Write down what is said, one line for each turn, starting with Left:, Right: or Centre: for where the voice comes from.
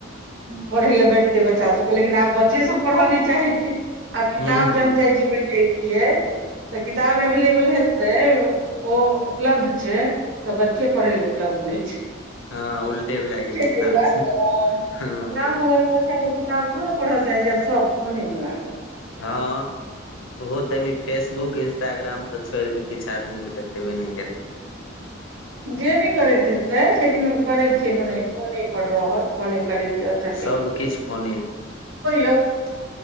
Right: पढ़य लए भेठतै बच्चा सभके, लेकिन आब बच्चे सब पढ़य नहि चाहै छै। आब किताब
Left: हूँ हूँ
Right: जे हम जाइ छिय बनबतियै तऽ किताब
Left: हँ
Right: एवेलेबल हे ते ओ उपलब्ध छै, तऽ बच्चे पढ़य ले उपलब्ध नहि छै।
Left: ह उलटे भए
Right: ओ
Left: गेलै
Right: नाम <unintelligible>
Left: हन आब हँ
Right: एको गो किताब कहाँ पढ़ऽ चाहै छै, आब सब फोने मे लागल रहत।
Left: हँ ओहो तै में फेसबुक इंस्टाग्राम। तऽ छोड़ के किछु आदमी के देखेबे नहि करै।
Right: जे भी करैत हेतै लेकिन करैत
Left: हूँ
Right: छै, मने फोने पर रहल। फोने कर छ छठ
Left: सबकिछु फोने
Right: य <unintelligible>